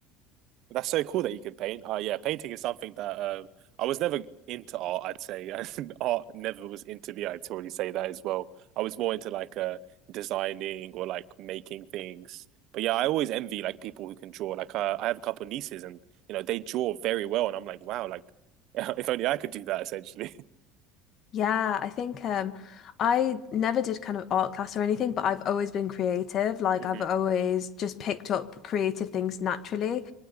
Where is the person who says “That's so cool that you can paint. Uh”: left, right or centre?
Right